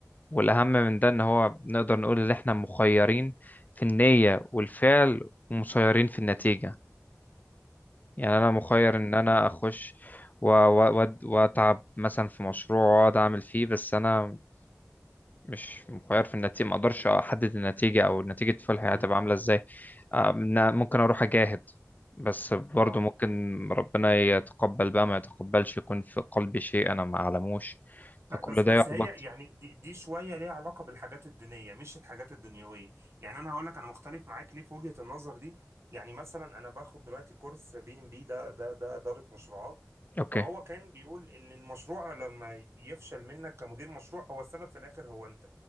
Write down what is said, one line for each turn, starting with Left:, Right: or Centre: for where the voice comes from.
Left: والاهم من ده ان هو نقدر نقول ان احنا مخيرين في النيه والفعل ومسيرين في النتيجه يعني انا مخير
Right: اه
Left: ان انا اخش و- و- وأد- واتعب مثلا في مشروع واقعد اعمل فيه بس انا مش مخير في النتيجة ما اقدرش احدد النتيجة او نتيجة فلحي
Right: مم.
Left: هتبقى عاملة ازاي آه، إن ممكن اروح اجاهد بس برضو
Right: آه.
Left: ممكن ربنا يتقبل بقى ما يتقبلش يكون في قلبي شيء انا ما اعلموش فكل
Right: لا بس
Left: ده
Right: بس
Left: يحبط
Right: هي يعني دي, دي شويه ليها علاقه بالحاجات الدينيه مش الحاجات الدنيويه يعني انا هقول لك انا مختلف معاك ليه في وجهه النظر دي يعني مثلا انا باخد دلوقتي كورس بي ام بي ده ده ده اداره مشروعات
Left: اوكي
Right: فهو كان بيقول ان المشروع لما يفشل منك كمدير مشروع هو السبب في الاخر هو انت